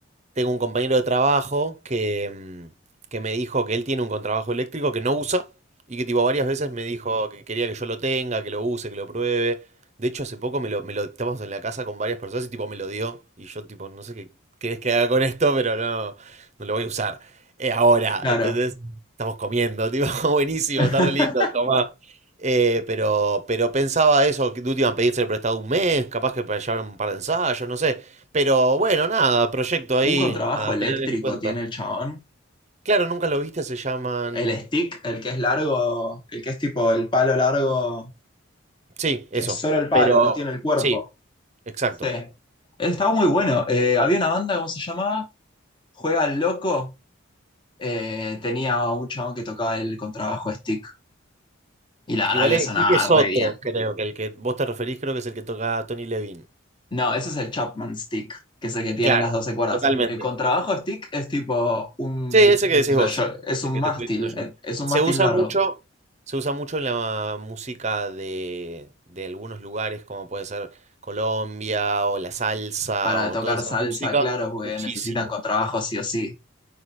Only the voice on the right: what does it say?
Tengo un compañero de trabajo que, mm, que me dijo que él tiene un contrabajo eléctrico que no usa y que tipo varias veces me dijo que quería que yo lo tenga, que lo use, que lo pruebe. De hecho, hace poco me lo, me lo estábamos en la casa con varias personas y tipo me lo dio. Y yo tipo, no sé qué querés que haga con esto, pero no, no lo voy a usar. Eh, ahora,
¿entendés? Estamos comiendo, tipo, <laughs> buenísimo,
está re lindo, tomá. Eh, pero, pero pensaba eso, que de última pedirse prestado un mes, capaz que para llevar un par de ensayos, no sé. Pero bueno, nada, proyecto ahí
a
tener en cuenta.
Claro, nunca lo viste, se llaman.
Sí, eso.
Pero
sí, exacto.
Igual
el
que es otro,
creo, que el que vos te referís, creo que es el que toca Tony Levin.
Claro,
totalmente.
Sí, ese que decís
vos.
Ese
que
te estoy diciendo yo.
Se
usa
mucho, se usa mucho en la música de, de algunos lugares, como puede ser Colombia o la salsa
o
toda esa
música,
muchísimo.